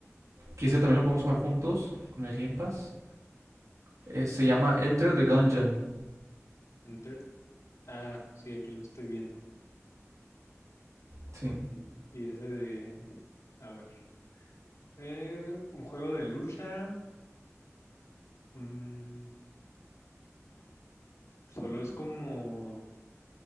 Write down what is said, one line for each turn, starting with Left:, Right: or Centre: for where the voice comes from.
Right: que ese también lo podemos jugar juntos con el Game Pass, eh, se llama Enter the Gungeon.
Left: Enter. Ah, sí, aquí lo estoy viendo.
Right: Sí.
Left: En- y ese de... A ver. eh, un juego de lucha. Un... Solo es como